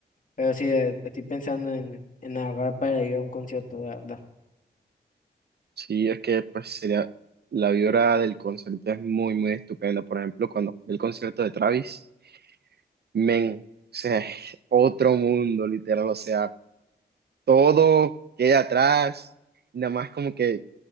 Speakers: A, on the left (about 45°); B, on the right (about 65°).
A: Pero sí, eh, estoy pensando en, en ahorrar para ir a un concierto, la verdad.
B: Sí, es que pues sería, la vibra del concierto es muy, muy estupenda. Por ejemplo, cuando fui al concierto de Travis, men, o sea, es otro mundo, literal, o sea, todo queda atrás, nada más como que